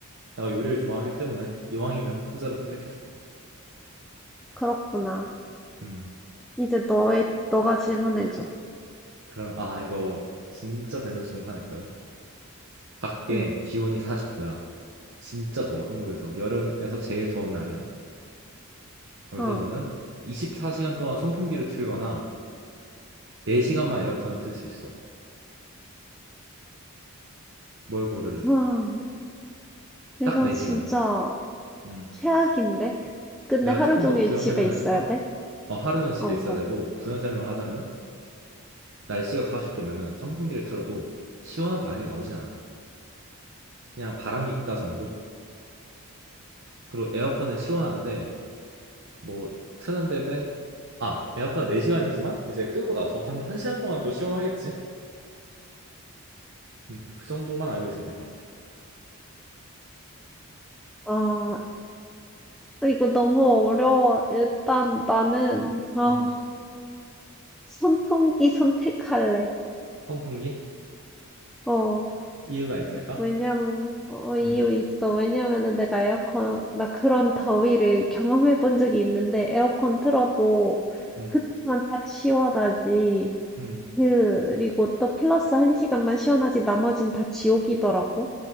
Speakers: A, on the right (about 55°); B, in the centre.
A: 내가 요리를 좋아하기 때문에 이왕이면 후자를 선택했어.
B: 그렇구나.
A: 음,
B: 이제 너의, 너가 질문해줘.
A: 그러면 아 이거 진짜 밸런스 좋은 거 하나 있거든. 밖에
B: 응,
A: 기온이 40도야. 진짜 더워, 한국에서. 여름에서 제일 더운 날이야. 그래서
B: 어.
A: 너는 24시간 동안 선풍기를 틀거나 4시간만 에어컨을 틀 수 있어. 뭘 고를래?
B: 와, 이거
A: 딱 4시간.
B: 진짜
A: 음.
B: 최악인데? 근데
A: 내가
B: 하루
A: 조금
B: 종일
A: 더 부연
B: 집에
A: 설명을
B: 있어야
A: 해줄까?
B: 돼?
A: 어, 하루는 집에
B: 어.
A: 있어야 되고, 부연 설명을 하자면, 날씨가 40도면은 선풍기를 틀어도 시원한 바람이 나오진 않아. 그냥 바람이 있다 정도? 그리고 에어컨은 시원한데, 뭐, 트는데 맨, 아, 에어컨은 4시간이지만, 이제 끄고 나서 한 1시간 동안 또 시원하겠지? 음, 그 정도만 알고 있으면 될 것 같아.
B: 아, 이거 너무 어려워. 일단 나는, 아,
A: 어,
B: 선풍기 선택할래.
A: 선풍기?
B: 어,
A: 이유가 있을까?
B: 왜냐면, 어, 이유
A: 음,
B: 있어. 왜냐면은 내가 에어컨, 나 그런 더위를 경험해 본 적이 있는데, 에어컨 틀어도
A: 음,
B: 그때만 딱 시원하지.
A: 음,
B: 그리고 또 플러스 한 시간만 시원하지, 나머진 다 지옥이더라고.